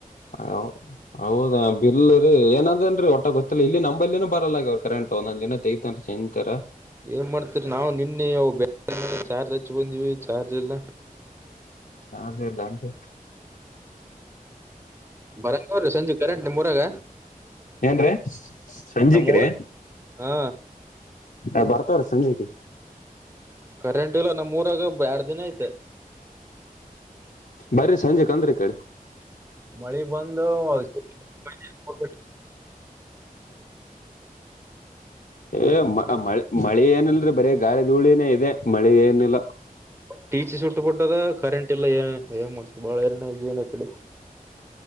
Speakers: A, on the left; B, on the right.
A: ಹೌ ಹೌದಾ ಬಿಲ್ಲುರಿ ಏನದೇನ್ರಿ ಒಟ್ ಗೊತ್ತಿಲ್ಲ ಇಲ್ಲಿ ನಂಬಲ್ಲಿನೂ ಬರಲ್ಲ ಕರೆಂಟ್. ಒಂದೊಂದ್ ದಿನ ತೆಗತನ್ರಿ ಸಂತರ
B: ಏನ್ ಮಾಡ್ತೀರ್ ನಾವ್ ನಿನ್ನಿ <unintelligible> ಹಚ್ ಬಂದಿವಿ ಚಾರ್ಜ್ ಇಲ್ಲ.
A: <unintelligible> ಇಲ್ಲ ಅಂದ್ರೆ
B: ಬರೋ <unintelligible> ಸಂಜೆ ಕರೆಂಟ್ ನಿಮ್ ಊರಾಗ.
A: ಏನ್ರಿ ಸಂಜಿಕ್ರಿ
B: ನಮ್ಮೂರ ಹಾ
A: ಹ ಬರ್ತವ್ರಿ ಸಂಜಿಗೆ.
B: ಕರೆಂಟ್ ಇಲ್ಲ ನಮ್ ಮೂರಾಗ ಬ ಎರಡ್ ದಿನ ಐತ್ -
A: ಬರೀ ಸಂಜೆ <unintelligible>
B: ಮಳಿ ಬಂದುಷ ಹ
A: ಏ ಮಳೆ ಮಳೆ ಏನಲ್ರಿ ಬರೀ ಗಾಳಿ ಧೂಳಿನೇ ಇದೆ ಮಳೆ ಏನಿಲ್ಲ
B: ಟೀಚಿ ಸುಟ್ಟು ಪುಟ್ಟದ ಕರೆಂಟ್ ಇಲ್ಲ ಏನ್ ಮಾಡ್ತ ಬಾಳ ಏರಿನ ಜೀವನ ಕಡೆ